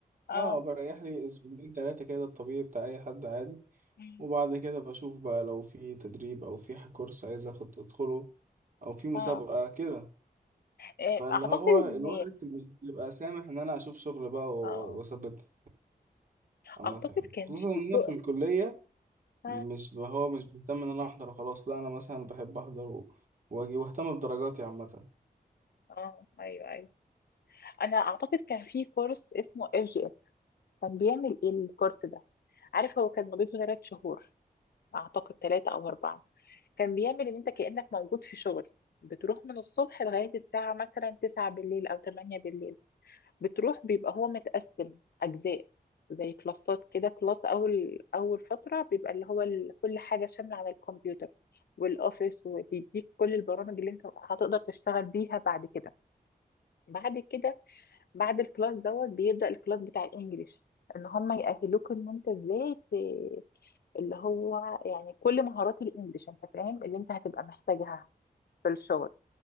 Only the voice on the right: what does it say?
اه بريح لي اسبوعين ثلاثة كده الطبيعي بتاع اي حد عادي
وبعد كده بشوف بقى لو في تدريب او في كورس عايز اخد ادخله او في مسابقة
كده
فاللي
هو
الوقت مش بيبقى سامح ان انا اشوف شغل بقى و-
واثبت عامة
يعني
خصوصا
ان انا
في الكلية مش
ب- هو مش بيهتم ان انا احضر وخلاص لا انا مثلا بحب احضر و- واجي واهتم بدرجاتي عامه